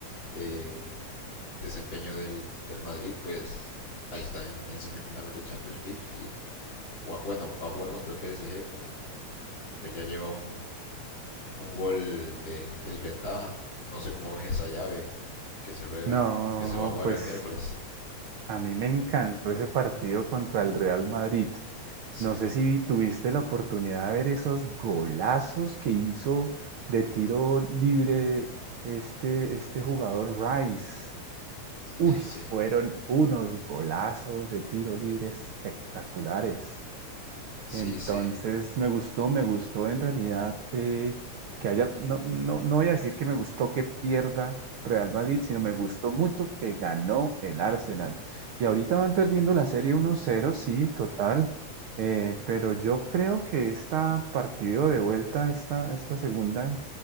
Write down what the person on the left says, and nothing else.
eh, desempeño del, del Madrid, pues ahí está en, en semifinales de Champions League y bueno, va a jugar contra el PSG, con, pues ya lleva un, un gol de desventaja. No sé cómo ves esa llave que se juega,
que se va a jugar
el miércoles.
Sí,
sí,
sí,
sí,
sí.